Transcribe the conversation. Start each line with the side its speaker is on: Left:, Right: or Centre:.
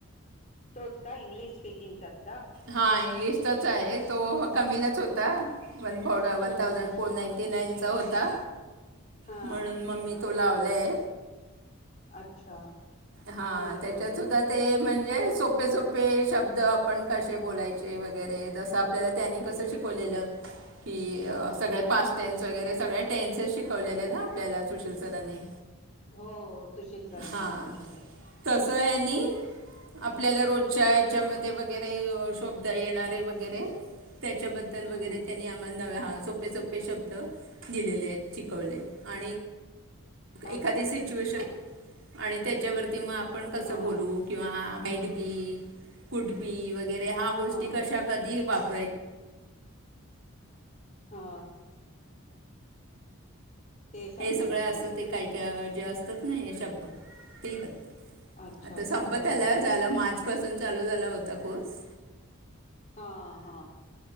Left: तोच का इंग्लिश स्पीकिंगचा का?
Right: हा इंग्लिशचाच आहे तो कमीलाच होता. One one
Left: hmm
Right: thousand
Left: hmm
Right: four ninety नाईनचा होता
Left: हा
Right: म्हणून मी तो लावलाय
Left: अच्छा
Right: हां
Left: बरं
Right: त्याच्यात
Left: बरं
Right: सुद्धा ते म्हणजे सोपे सोपे शब्द आपण कशे बोलायचे वगैरे जस आपल्याला त्यांनी कस शिकवलेल. की
Left: हो हो
Right: सगळे पास टेन्स वगैरे सगळ्या टेन्सेस शिकवलेले ना. आपल्याला सुशील सरानी
Left: हो हो सुशील सरांनी
Right: हां
Left: शिकवलेलं
Right: तस ह्यांनी आपल्याला रोजच्या याच्यामध्ये व शोभत येणारे वगैरे त्याच्याबद्दल
Left: हम्म
Right: वगैरे त्यांनी नव हा सोपे सोपे शब्द दिलेले आहेत शिकवले, आणि एखादी
Left: अच्छा
Right: सिच्युएशन आणि त्याच्यावरती मग आपण कस
Left: हा
Right: बोलू? किंवा मेठबी कुटबी वगैरे ह्या गोष्टी
Left: हा
Right: कशा कधी वापरा
Left: हा ते समजावून
Right: हे सगळं असं
Left: सांगित
Right: ते काही ते जे असतात ना शब् ते
Left: अच्छा
Right: आता
Left: अच्छा
Right: संपला
Left: बरं बरं
Right: झाल मा पासून चालू झाला होता कोर्स
Left: हा हा